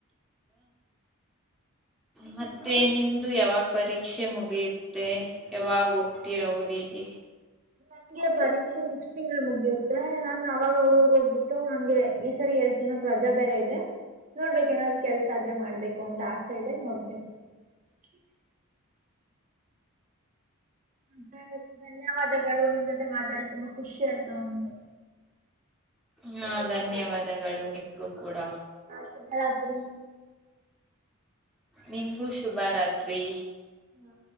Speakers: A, in the centre; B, on the right.
A: ಮತ್ತೆ ನಿಮ್ದು ಯಾವಾಗ್ ಬರೀ ಶಿಕ್ಷೆ ಮುಗಿಯುತ್ತೆ ಯಾವಾಗ ಹೋಗ್ತೀರ ಅವರಿಗೆ
B: ನಂಗೆ ಪರೀಕ್ಷೆ ನೆಕ್ಸ್ಟ್ ತಿಂಗಳು ಮುಗಿಯುತ್ತೆ ನಾನ್ ಅವಾಗ ಊರ್ಗ್ ಹೋಗ್ಬಿಟ್ಟು ನಂಗೆ ಈಸರಿ ಹೇಳ್ತೀನಿ ರಜಾ ಬೇರೆ ಇದೆ ನೋಡ್ಬೇಕೇಕ್ ಏನಾದ್ರು ಕೆಲ್ಸ ಆದ್ರೆ ಮಾಡ್ಬೇಕು ಅಂತ ಆಸೆ ಇದೆ ನೋಡ್ತೀನಿ ಹ <unintelligible> <unintelligible> ಧನ್ಯವಾದಗಳು ನಿಮ್ ಜೊತೆ ಮಾತಾಡಿ ತುಂಬಾ ಖುಷಿ ಆಯ್ತು ನಮ್ಗೆ
A: ಹಾ ಧನ್ಯವಾದಗಳು ನಿಮ್ಗೂ ಕೂಡ
B: ಹ ಶುಭರಾತ್ರಿ
A: ನಿಮಗೂ ಶುಭ ರಾತ್ರಿ
B: ಹ್ಮ